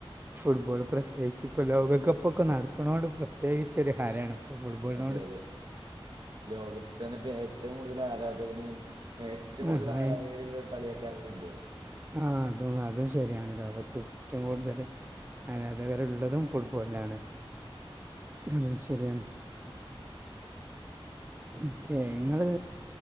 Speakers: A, on the right; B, on the right.
A: ഫുട്ബോൾ പ്രത്യേകിച്ച് ഇപ്പോ ലോകകപ്പൊക്കെ നടക്ക്‌ണോണ്ട് പ്രത്യേകിച്ചൊരു ഹരാണ് ഇപ്പോൾ ഫുട്ബോളിനോട്
B: അതെ അതെ ലോകത്ത് തന്നെ ഇപ്പം ഏറ്റവും കൂടുതൽ ആരാധകന് ഏറ്റവും കൂടുതൽ
A: ആഹ്
B: ആരാധകര്ള്ളൊര് കളിയെയ്‌ക്കാരം ഫുട്ബോൾ
A: ആ അതും അതും ശരിയാണ് ലോകത്ത് എറ്റം കൂടുതല് ആരാധകര്ള്ളതും ഫുട്ബോളിലാണ് അതും ശരിയാണ് ഓക്കെ ഇങ്ങള്